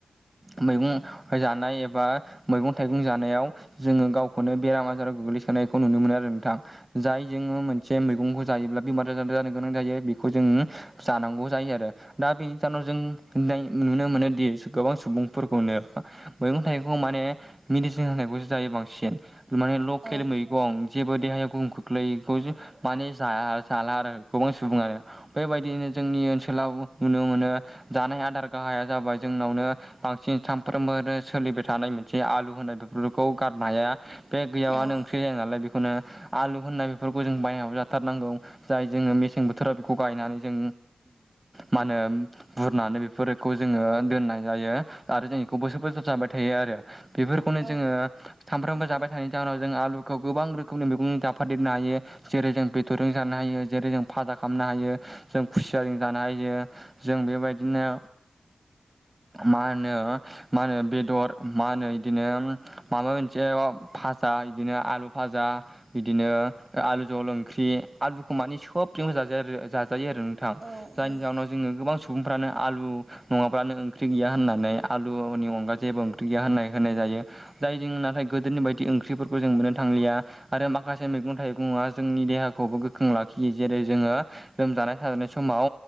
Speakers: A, on the right; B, on the right.
A: मैगं जानाय एबा मैगं थाइगं जानायाव जोङो गावखौनो बेराम आजाराव गोग्लैसोनायखौ नुनो मोनो आरो नोंथां जाय जोङो मोनसे मैगंखौ जायोब्ला बेमार जानानै जानो गोनां जायो बेखौ जों जानांगौ जायो आरो दा बेनि जनाव जोंनाय नुनो मोनोदि गोबां सुबुंफोरखौनो मैगं थाइगं माने मेडिसिन होनायखौसो जायो बांसिन माने लकेल
B: नोंथां
A: मैगं गं जेबो देहाया गोहोम खोख्लैग माने जाया जाला आरो गोबां सुबुङानो। बेबायदिनो जोंनि ओनसोलाव नुनो मोनो जानाय आदार गाहाया जाबाय जोंनावनो बांसिन सानफ्रोमबोनो सोलिबाय थानाय मोनसे आलु होनाय बेफोरखौ गारनो हाया। बे गैयाबानो
B: औ
A: ओंख्रि
B: औ
A: जाया नालाय बेखौनो आलु होननाय बेफोरखौ जों बायनानैबाबो जाथारनांगौ। जाय जोङो मेसें बोथोराव बेखौ गायनानै जों मा होनो बुरनानै बेफोरखौ जोङो दोननाय जायो आरो जों बेखौ बोसोर बोसोर जाबाय थायो आरो। बेफोरखौनो
B: औ
A: जोङो सामफ्रोमबो जाबाय
B: औ नंगौ नोंथां
A: नि जाहोनाव जों आलुखौ गोबां रोखोमनि मैगं जाफादेरनो हायो। जेरै जों बेदरजों जानो हायो जेरै जों फाजा खालामनो हायो जों खुसियाजों जानो हायो। जों बेबायदिनो मा होनो मा होनो बेदर मा होनो बिदिनो माबा मोनसे भाजा बिदिनो आलु भाजा बिदिनो आलु जहल ओंख्रि आलुखौ मानि सबजोंनो जा जाजायो आरो नोंथां
B: औ
A: जायनि
B: औ
A: जाहोनाव
B: नंगौ औ
A: जोङो गोबां सुबुंफ्रानो आलु नङाब्लानो ओंख्रि गैया होननानै आलुनि अनगा जेबो ओंख्रि गैया होननानै होनाय जायो। जायजों नाथाय गोदोनि बायदि ओंख्रिफोरखौ जों मोननो थांलिया। आरो माखासे मैगं थाइगंया जोंनि देहाखौबो गोख्रों लाखियो जेरै जोङो लोमजानाय साजानाय समाव